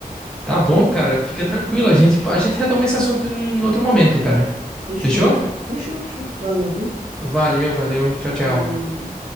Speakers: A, in the centre; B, on the right.
A: Tá bom, cara. Fica tranquilo. A gente, a gente retoma esse assunto em outro momento, cara.
B: Fechou
A: Fechou?
B: então. Fechou, fechou. Valeu, viu?
A: Valeu, valeu. Tchau, tchau.
B: Falou.